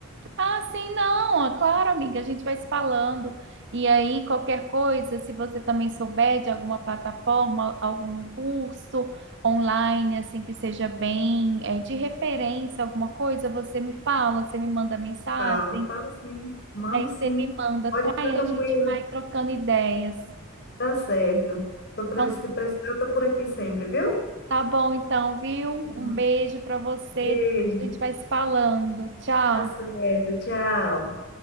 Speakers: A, on the right (about 60°); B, on the left (about 55°).
A: Ah, sim, não, é claro, amiga, a gente vai se falando. E aí, qualquer coisa, se você também souber de alguma plataforma, algum curso online, assim, que seja bem, é, de referência, alguma coisa, você me fala, você me manda mensagem,
B: Falo, falo sim, mando
A: aí você
B: sim.
A: me manda,
B: Pode
A: até
B: ficar tranquila.
A: a gente vai trocando ideias.
B: Tá certo. Tô pre-
A: Então,
B: se precisar, eu tô por aqui sempre, viu?
A: tá bom, então, viu?
B: Hum.
A: Um beijo para você,
B: Beijo.
A: depois a gente vai se falando. Tchau.
B: Tá certo. Tchau.